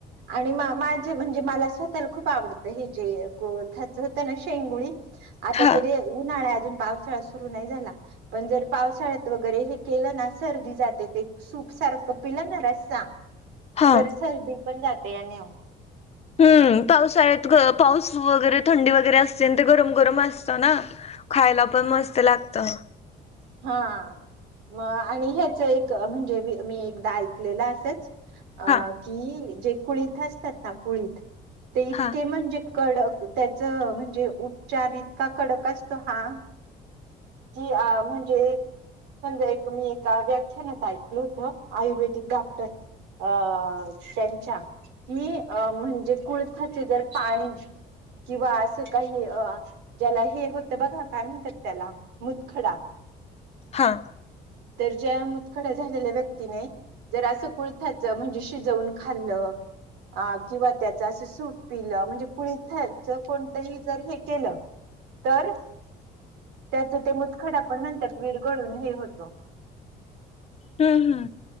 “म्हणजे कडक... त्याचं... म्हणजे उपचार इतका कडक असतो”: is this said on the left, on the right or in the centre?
Right